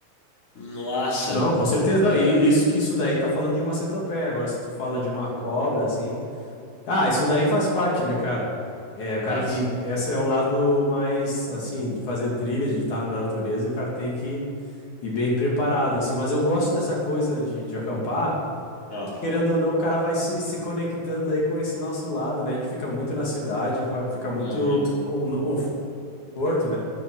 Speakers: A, on the left; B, on the left.
A: Nossa,
B: Não, com certeza não. E isso que isso daí tá falando de uma centopeia. Agora, se tu fala de uma cobra, assim... Ah, isso daí faz parte, né, cara? É, o cara
A: fácil.
B: que. Essa é o lado mais, assim, de fazer trilha, de estar na natureza, o cara tem que ir bem preparado, assim. Mas eu gosto dessa coisa de, de acampar,
A: Ó,
B: que querendo ou não, o cara vai se, se conectando aí com esse nosso lado, né? A gente fica muito na cidade, vai, fica muito
A: muito.
B: com- no conforto, né?